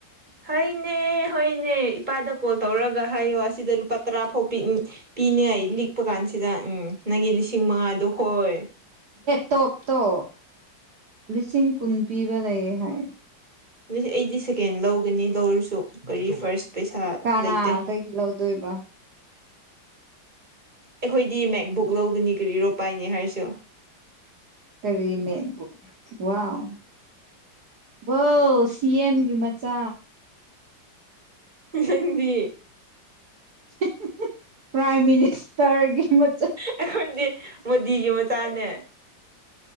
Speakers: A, on the right; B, on the right.
A: ꯍꯅꯦ ꯍꯣꯏꯅꯦ ꯏꯄꯥꯗ ꯀꯣꯜ ꯇꯧꯔꯒ ꯍꯥꯏꯌꯣ ꯑꯁꯤꯗ ꯂꯨꯄꯥ ꯇꯔꯥꯐꯥꯎ ꯄꯤꯅꯦ ꯂꯤꯛꯄ ꯀꯥꯟꯁꯤꯗ ꯎꯝ ꯅꯪꯒꯤ ꯂꯤꯁꯤꯡ ꯁꯤꯃꯥꯗ ꯍꯣꯏ
B: ꯇꯣꯞ ꯇꯣ ꯂꯤꯁꯤꯡ ꯄꯨꯝ ꯄꯤꯕ ꯂꯥꯏꯦ ꯍꯥꯏꯥꯏ
A: ꯑꯗꯨ ꯑꯩꯗꯤ ꯁꯦꯀꯦꯟ ꯂꯧꯒꯅꯤ ꯂꯧꯔꯁꯨ ꯀꯔꯤ ꯐꯥꯔꯁ ꯄꯩꯁꯥ
B: ꯀꯅꯥꯗꯒꯤ
A: ꯂꯩꯇꯦ
B: ꯂꯧꯗꯣꯏꯕ
A: ꯑꯩꯈꯣꯏꯗꯤ ꯃꯦꯛꯕꯨꯛ ꯂꯧꯒꯅꯤ ꯀꯔꯤꯔꯣ ꯄꯥꯏꯅꯤ ꯍꯥꯏꯔꯁꯨ
B: ꯀꯔꯤ ꯃꯦꯠꯄꯨ ꯋꯥꯎ ꯋꯥ ꯁꯤ ꯑꯦꯝꯒꯤ ꯃꯆꯥ
A: ꯍꯗꯤ
B: <unintelligible> ꯄ꯭ꯔꯥꯏꯝ ꯃꯤꯅꯤꯁꯇꯔꯒꯤ ꯃꯆ
A: ꯑꯩꯈꯣꯏꯗꯤ ꯃꯣꯗꯤꯒꯤ ꯃꯆꯥꯅꯦ